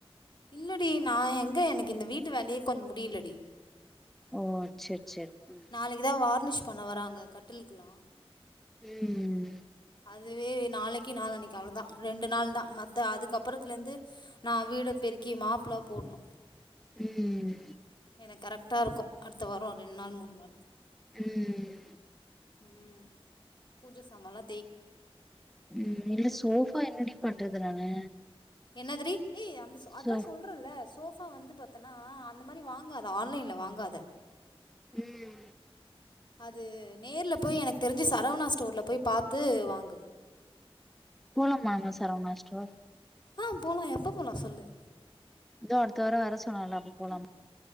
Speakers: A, on the left; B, in the centre.
A: இல்லடி நா எங்க எனக்கு இந்த வீட்டு வேலயே கொஞ்ச முடியலடி
B: ஓ செர் செர் ம்
A: நாளைக்கு தா வார்னிஷ் பண்ண வராங்க கட்டுல் கெலா
B: ம்
A: அதுவே நாளைக்கு நாளனைக்கு அவ்ள தா ரெண்டு நாள் தா மத்த அதுக்கப்பறத்துல இருந்து நா வீட பெருக்கி மாப்லா போட்ணு
B: <unintelligible>
A: எனக்கு கரெக்டா இருக்கு அடுத்த வாரோ ரெண்டு நாள் மூணு நாள்
B: ம்ம்
A: ம் பூஜ சாமால்லா
B: ம் இல்ல சோஃபா என்னடி பண்றது நானு
A: என்னதுடி ஏ அந்த அதா
B: சோ
A: சொல் அப்றோ இல்ல சோஃபா வந்து பாத்தன்னா அந்த மாதிரி வாங்காத ஆன்லைன்ல வாங்காத
B: ம்
A: அது நேர்ல போய் எனக்கு தெரிஞ்சு சரவணா ஸ்டோர்ல போய் பாத்து வாங்கு
B: போலாமா அங்க சரவணா ஸ்டோர்
A: ஆ போலா எப்ப போலா சொல்லு
B: இதோ அடுத்த வர சொன்னால அப்ப போலா